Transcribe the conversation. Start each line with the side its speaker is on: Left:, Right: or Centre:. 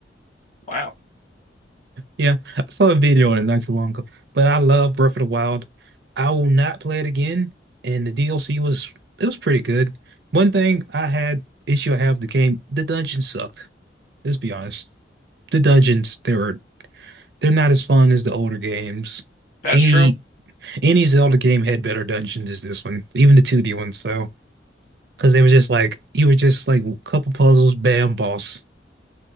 Left: Wow.
Right: Yeah, I saw a video on it not too long ago. But I love Breath of the Wild. I will not play it again. And the DLC was it was pretty good. One thing I had issue I have with the game, the dungeons sucked. Let's be honest. The dungeons, they were they're not as fun as the older games.
Left: That's
Right: Any
Left: true.
Right: Any Zelda game had better dungeons as this one, even the 2D one. So, because they were just like, you were just like a couple puzzles, bam, boss.